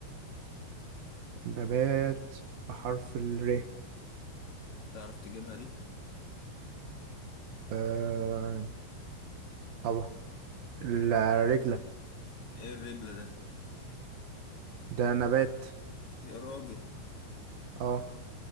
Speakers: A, on the right (about 65°); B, on the left (about 40°).
A: نبات بحرف الر
B: تعرف تجيبها دي؟
A: آه طبعا الرجله
B: إيه الربلة ده؟
A: ده نبات
B: يا راجل
A: اه